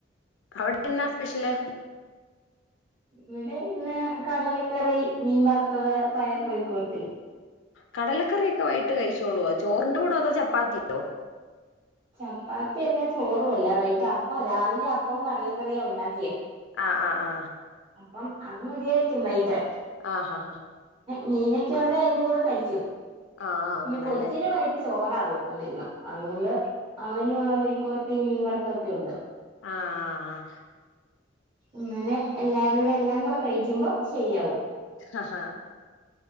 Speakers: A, on the left (about 80°); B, on the right (about 30°).
A: അവിടെ എന്നാ സ്പെഷ്യല്
B: ഇവിടെ ഇന്ന് കടലക്കറി മീൻ വറുത്തത് പയർ മെഴുക്കുവരട്ടി
A: കടലക്കറിക്കെ വൈകിട്ട് കഴിച്ചോളൊ ചോറിന്റെ കൂടെ അതോ ചപ്പാത്തിയോ
B: ചപ്പാത്തിയല്ലാ ചോറു അല്ലാ വൈകിട്ട് അപ്പാ രാവിലെ അപ്പവും കടലക്കറിയുണ്ടാ
A: ആ ആ ആ
B: അപ്പം അത് മതിയായിരിക്കും വൈയിട്ട്
A: ആഹ് ഹാ ഹാ
B: മീനക്കെയുണ്ടെ അതിന്റെ കൂടെ കഴിക്കും
A: ആ അങ്ങനെല്ലേ
B: പിന്നെ കൊച്ചിന് വൈകിട്ട് ചോറാ കൊടുക്കുന്നെ എന്നും അതുകൊണ്ട് അവനുള്ള മെഴുക്കുവര്ട്ടിയും മീൻവറ്ത്തൊക്കെയുണ്ട്
A: ആഹ്
B: ഇങ്ങനെ എല്ലാരും എല്ലാം കൂടെ കഴിക്കുമ്പോ ശരിയാവും
A: ആഹ്